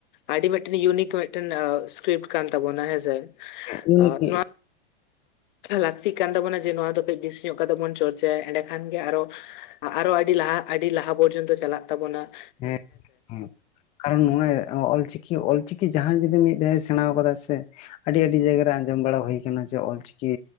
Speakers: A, on the left; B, on the left.
A: ᱟᱹᱰᱤ ᱢᱤᱫᱴᱮᱱ ᱤᱭᱩᱱᱤᱠ ᱢᱤᱫᱴᱮᱱ ᱥᱠᱨᱤᱯᱴ ᱠᱟᱱ ᱛᱟᱵᱚᱱᱟ ᱦᱮᱸ ᱥᱮ ᱾
B: ᱤᱭᱩᱱᱤᱠᱤ
A: ᱱᱚᱣᱟ ᱞᱟᱹᱠᱛᱤᱜ ᱠᱟᱱ ᱛᱟᱵᱚᱱᱟ ᱡᱮ ᱱᱚᱣᱟ ᱫᱚ ᱠᱟᱹᱡ ᱵᱤᱥᱤ ᱧᱚᱜ ᱠᱟᱛᱮᱜ ᱵᱚᱱ ᱪᱚᱨᱪᱟᱭᱟ, ᱮᱸᱰᱮ ᱠᱷᱟᱱ ᱜᱮ ᱟᱨᱚ ᱟᱨᱚ ᱟᱹᱰᱤ ᱞᱟᱦᱟ ᱟᱹᱰᱤ ᱞᱟᱦᱟ ᱯᱚᱨᱡᱚᱱᱛᱚ ᱪᱟᱞᱟᱜ ᱛᱟᱵᱚᱱᱟ ᱾
B: ᱦᱮᱸ <inaudible> ᱦᱩᱸ ᱾ ᱠᱟᱨᱚᱱ ᱱᱚᱜ-ᱚᱭ ᱚᱞ ᱪᱤᱠᱤ ᱚᱞ ᱪᱤᱠᱤ ᱡᱟᱦᱟᱸᱭ ᱡᱩᱫᱤ ᱢᱤᱫ ᱫᱷᱟᱣᱮ ᱥᱮᱬᱟᱣ ᱟᱠᱟᱫᱟ ᱥᱮ ᱟᱹᱰᱤ ᱟᱹᱰᱤ ᱡᱟᱭᱜᱟ ᱨᱮ ᱟᱸᱡᱚᱢ ᱵᱟᱲᱟ ᱦᱩᱭ ᱟᱠᱟᱱᱟ ᱡᱮ ᱚᱞ ᱪᱤᱠᱤ